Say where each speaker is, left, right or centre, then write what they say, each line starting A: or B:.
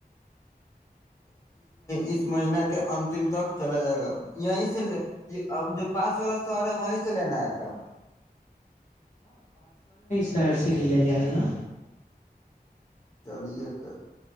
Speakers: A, on the left; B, on the left.
A: اس مہینے کے اتم تک چلا جائے گا یہیں سے یہ ا جو پاس والا سر ہے وہیں سے لینا آئے کا
B: سیر سے لیا جائے گا
A: چلیے تو